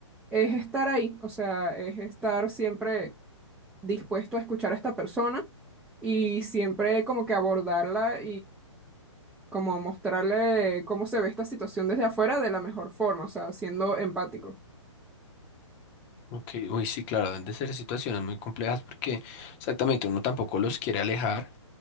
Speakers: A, in the centre; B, on the left.
A: es estar ahí, o sea, es estar siempre dispuesto a escuchar a esta persona y siempre como que abordarla como mostrarle cómo se ve esta situación desde afuera de la mejor forma, o sea, siendo empático.
B: Ok, uy, sí, claro, deben de ser situaciones muy complejas porque exactamente uno tampoco los quiere alejar,